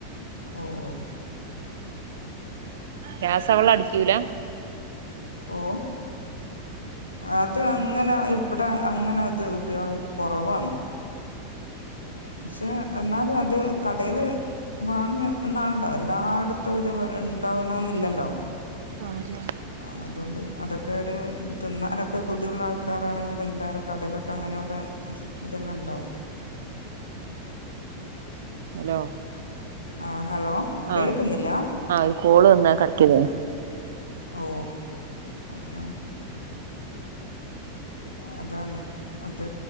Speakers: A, on the left (about 80°); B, on the right (about 60°).
A: ഓ ഓ
B: രാസ വളം അടിക്കൂല?
A: ഓ അത് അങ്ങനെ ഇവിടെ അങ്ങനെ അത് ഉപയോഗ കുറവാണ്. പക്ഷെ എന്നാലും അത് കടയില്. വാങ്ങ എന്നാണ്ടാവ എല്ലായിടത്തും ഇത് ഉണ്ടാവുന്നന്നില്ലല്ലോ.
B: ആരാ.
A: ആഹ അതുകൊണ്ട് അതൊക്കെ ഒരു തിന്നാനൊക്കെ കൊതിവുള്ള ആൾക്കാരാണെങ്കിൽ എന്തായാലും കടലൊക്കെ അങ്ങനെയുള്ള. ഇതെല്ലാം ഉണ്ടാവും
B: ഹലോ
A: ആ ഹലോ കേൾക്കുന്നില്ല
B: ആഹ ആ ഒരു കോള് വന്നതാണ്.
A: ഓ ഓക്കെ അതാണ് അത്